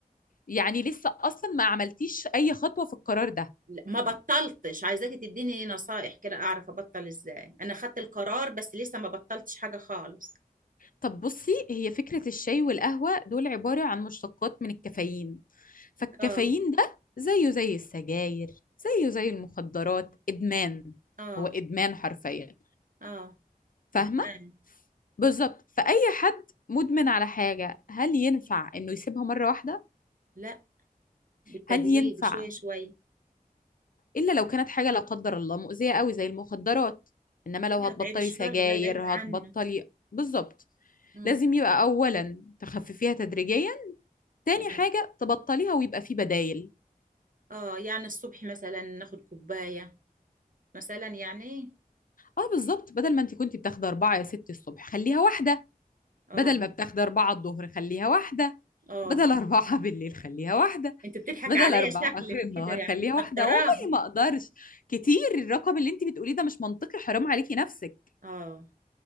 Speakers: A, on the left; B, on the right.
A: يعني لسه اصلا ما عملتيش اي خطوه في القرار ده
B: لا، ما بطلتش عايزاكي تديني نصائح كده اعرف ابطل ازاي انا خدت القرار بس لسه ما بطلتش حاجة خالص
A: طب بصي هي فكرة الشاي والقهوة دول عبارة عن مشتقات من الكافيين فالكافيين
B: اه
A: ده زيه زي السجاير زيه زي المخدرات إدمان
B: اه
A: هو إدمان حرفيا
B: اه
A: فاهمة؟
B: ادمان
A: بالظبط فأي حد مدمن على حاجة هل ينفع إنه يسيبها مرة واحدة؟
B: لا بالتدريج
A: هل ينفع
B: شوية شوية
A: إلا لو كانت حاجة لا قدر الله مؤذية قوي زي المخدرات إنما لو
B: لا
A: هتبطلي
B: بعيد الشر
A: سجاير
B: الله يبعدها عنا
A: هتبطلي بالظبط
B: مم.
A: لازم يبقى أولا تخففيها تدريجيا تاني
B: يعني
A: حاجة تبطليها ويبقى في بدايل
B: اه يعني الصبح مثلا ناخد كوباية مثلا يعني
A: اه بالظبط بدل ما انت كنت بتاخدي أربعة يا ستي الصبح خليها واحدة
B: اه
A: بدل ما بتاخدي أربعة الظهر خليها واحدة
B: اه
A: بدل أربعة <laughs> بالليل خليها واحدة
B: انت بتضحك
A: بدل
B: عليا
A: أربعة
B: شكلك
A: آخر النهار
B: كده يعني
A: خليها
B: مستكتراهم
A: واحدة والله ما أقدرش كتير الرقم اللي انت بتقوليه ده مش منطقي حرام عليكي نفسك
B: اه